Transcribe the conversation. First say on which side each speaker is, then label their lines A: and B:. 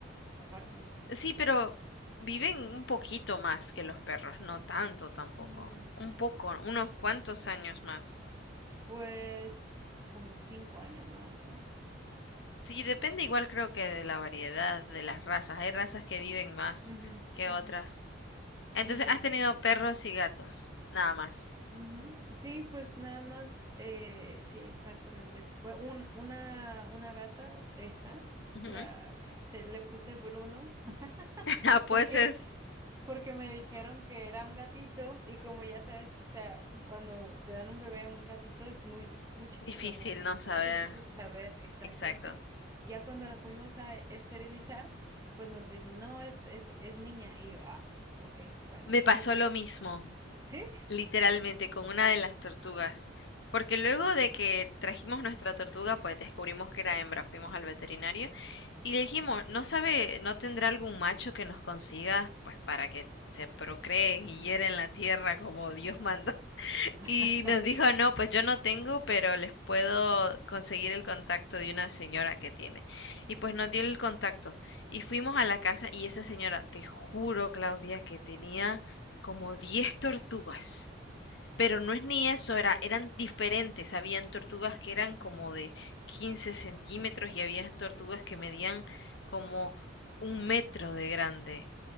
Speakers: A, on the right (about 15°); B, on the left (about 60°).
A: aparte.
B: Sí, pero viven un poquito más que los perros, no tanto tampoco,
A: Ujú.
B: un poco, unos cuantos años más.
A: Pues como cinco años más, no
B: Sí, depende igual creo que de la variedad de las razas. Hay razas que viven más
A: Ujú,
B: que otras.
A: ujú.
B: Entonces,
A: Sí, sí.
B: has tenido perros y gatos, nada más.
A: Ujú. Sí, pues nada más, eh, sí, exactamente. Bu- un- una, una gata, esta,
B: Ujú.
A: la, se, le puse Bruno, <laughs>
B: <laughs> Ah, pues
A: porque
B: es
A: Porque me dijeron que era un gatito y como ya sabes, o sea, cuando te dan un bebé, un gatito es muy, es muy chiquito,
B: difícil
A: ¿no? N-
B: no saber.
A: Es difícil saber
B: ¿no?
A: exactamente.
B: Exacto.
A: Ya cuando la fuimos a esterilizar, pues nos dicen, no, es, es, es niña. Y yo, ah, ok, bueno,
B: Me pasó
A: me costó.
B: lo mismo,
A: ¿Sí?
B: literalmente, con una de las tortugas. Porque luego de que trajimos nuestra tortuga, pues descubrimos que era hembra. Fuimos al veterinario Y le dijimos, ¿no sabe, no tendrá algún macho que nos consiga, pues para que se procreen y hieren la tierra como Dios mandó? <laughs> Y
A: <laughs>
B: nos dijo, no, pues yo no tengo, pero les puedo conseguir el contacto de una señora que tiene. Y pues nos dio el contacto. Y fuimos a la casa y esa señora, te juro, Claudia, que tenía como 10 tortugas. Pero no es ni eso, era, eran diferentes. Habían tortugas que eran como de 15 centímetros y había tortugas que medían como un metro de grande.